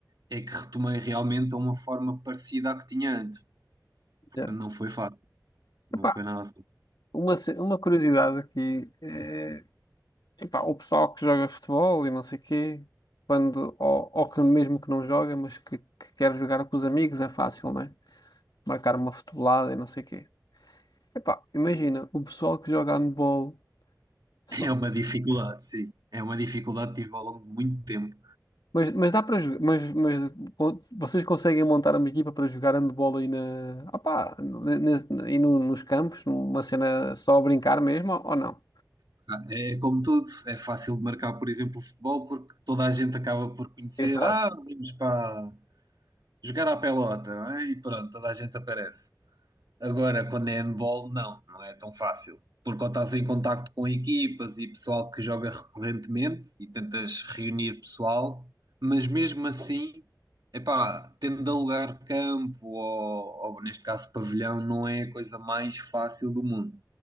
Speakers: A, on the right; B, on the left.
A: é que retomei realmente a uma forma parecida à que tinha antes. Portanto,
B: Yeah.
A: não foi fácil. Não
B: Epá,
A: foi nada. fácil.
B: uma, ce- uma curiosidade aqui eh, Epá, o pessoal que joga futebol e não sei quê, quando, ou, ou que mesmo que não joga, mas que, que quer jogar com os amigos, é fácil, né? Marcar uma futebolada e não sei quê. Epá, imagina, o pessoal que joga handball, se for-
A: É uma dificuldade, sim. É uma dificuldade que tive ao longo de muito tempo.
B: mas, mas dá para jogar, mas, mas co- vocês conseguem montar uma equipa para jogar handball aí na, opá, ne- ne- aí no- nos campos, numa cena só a brincar mesmo, ou não?
A: É como tudo, é fácil de marcar, por exemplo, o futebol, porque toda a gente acaba por conhecer.
B: Exato.
A: Ah, vamos para jogar à pelota, não é? E pronto, toda a gente aparece. Agora, quando é handball, não, não é tão fácil. Porque quando estás em contacto com equipas e pessoal que joga recorrentemente e tentas reunir pessoal, mas mesmo assim, epá, tendo de alugar campo ou, ou neste caso pavilhão, não é a coisa mais fácil do mundo.